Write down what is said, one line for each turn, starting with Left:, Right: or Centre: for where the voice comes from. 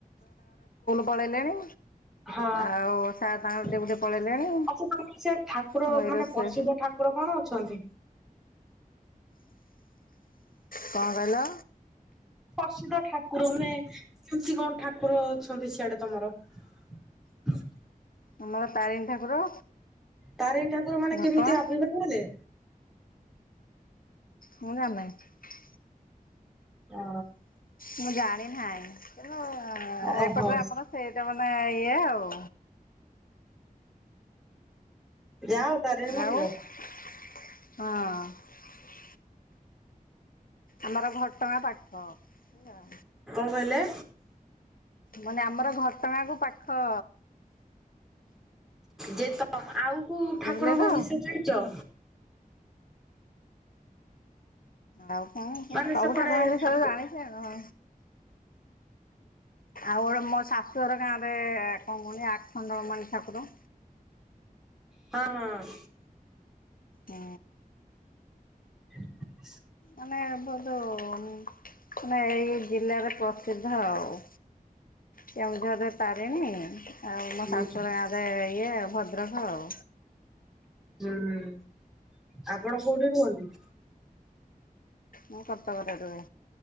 Left: ପଳେଇଲେଣି।
Centre: ହଁ
Left: ଆଉ ସାର୍ ତାଙ୍କର
Centre: ଆଛା
Left: ଡ୍ୟୁଟି ପଳେଇଲେଣି।
Centre: ତମର ସେ ଠାକୁର
Left: ମୁଁ ଏଇ
Centre: ମାନ
Left: ରୋଷେଇ
Centre: ପ୍ରସିଦ୍ଧ ଠାକୁ କୁର କଣ ଅଛନ୍ତି?
Left: କଣ କହିଲ?
Centre: ପ୍ରସିଦ୍ଧ ଠାକୁର ମାନେ କେମିତି କଣ ଠାକୁର ଅଛନ୍ତି ସିଆଡେ ତମର? <inaudible>
Left: ଆମର ତାରିଣୀ ଠାକୁର।
Centre: ତାରିଣୀ ଠାକୁର ମାନେ
Left: ଘଟଗାଁ
Centre: କେମିତି ଆବିର୍ଭାବ ହେଲେ?
Left: ମୁଁ ଜାଣ ନହିଁ।
Centre: ଅ
Left: ମୁଁ ଜାଣି ନାହିଁ। କିନ୍ତୁ
Centre: ଓହୋ
Left: ଏପଟରେ ଆପଣ ସେତ ନା ଇଏ ଆଉ।
Centre: ଯାଉ ତାରିଣୀ ମନ୍ଦିର।
Left: ଆଉ ହଁ। ଆମର ଘଟଗାଁ ପାଖ ହେଲା।
Centre: କଣ କହିଲେ?
Left: ମାନେ ଆମର ଘଟଗାଁ କୁ ପାଖ।
Centre: ଯେ ତ ଆଉ କୋଉ ଠାକୁରଙ୍କ
Left: ବୁଝିଲେ ତ।
Centre: ବିଷୟ ଜାଣିଛ।
Left: ଆଉ କଣ କ
Centre: ମାନେ
Left: ସବୁ
Centre: ସେପଟେ
Left: ଠାକୁରଙ୍କ ବିଷୟରେ
Centre: ଠାକୁ
Left: ଜାଣିଛ ହଁ। ଆଉ ମୋ ଶାଶୁର ଗାଁ ରେ କଣ କଣ ଆଖଣ୍ଡଳମଣି ଠାକୁର।
Centre: ହଁ ହଁ।
Left: ହୁଁ।
Centre: <inaudible>
Left: ଆମେ ଆବ ମାନେ ଏଇ ଜିଲ୍ଲାରେ ପ୍ରସିଦ୍ଧ ଆଉ। କେଉଁଝରରେ ତାରିଣୀ ଆଉ ମୋ
Centre: ହୁଁ
Left: ଶାଶୁରୁର ଗାଁରେ ଇଏ ଭଦ୍ରକ ଆଉ।
Centre: ହୁଁ ଆପଣ କୋଉଠି ରୁହନ୍ତି?
Left: ମୁଁ କଟକରେ ରୁହେ।